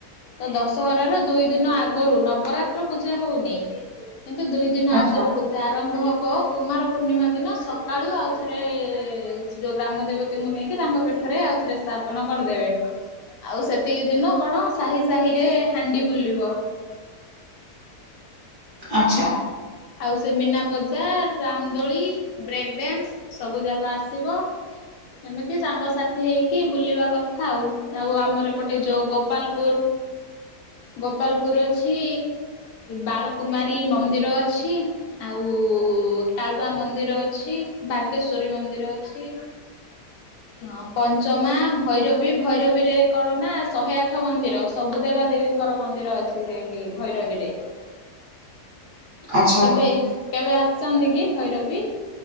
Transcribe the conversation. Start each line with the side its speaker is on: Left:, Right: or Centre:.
Left: ତ ଦଶହରା ର ଦୁଇ ଦିନ ଆଗରୁ ନବରାତ୍ କୁର ପୂଜା ହଉନି କିନ୍ତୁ ଦୁଇ ଦିନ
Right: ଆଚ୍ଛା
Left: ଆଗରୁ। ଆରମ୍ଭ ହବ କୁମାର ପୂର୍ଣ୍ଣିମା ଦିନ ସକାଳୁ ଆଉ ଥରେ ଯୋଉ ଗ୍ରାମ ଦେବତି। ତାଙ୍କୁ ନେଇକି ତାଙ୍କ ପେଠରେ ଆଉ ଥରେ ସ୍ଥାପନ କରିଦେବେ ଆଉ ସେ। ସେଇ ଦିନ କଣ ସାହି ସାହି ରେ ହାଣ୍ଡି ବୁଲିବ।
Right: ଆଛା।
Left: ଆଉ ସେ ମୀନା ବଜାର ରାମଦୋଳି ବ୍ରେକ ଡାନ୍ସ ସବୁ ଯାକ ଆସିବ। ଏମିତି ସାଙ୍ଗସାଥି ହେଇକି ବୁଲିବା କଥା ଆଉ ଆଉ ଆମର ଏପଟେ ଯୋଉ ଗୋପାଲପୁର। ଗୋପାଲପୁର ଅଛି ବାଳକୁୁମାରୀ ମନ୍ଦିର ଅ ଛି। ଆଉ କାଳବା ମନ୍ଦିର ଅଛି ବାଗେଶ୍ଵରୀ ମନ୍ଦିର ଅଛି। ହଁ ପଞ୍ଚମା ଭୈରବୀ ଭୈରବୀରେ କଣ ନା ଶହେ ଆଠ ମନ୍ଦିର। ସବୁ ଦେବା ଦେବୀଙ୍କର ମନ୍ଦିର ଅଛି ସେଇଠି ଭୈରବୀ ରେ।
Right: ଆଚ୍ଛା
Left: କେବେ କେବେ ଆସିଛନ୍ତି କି ଭୈରବୀ।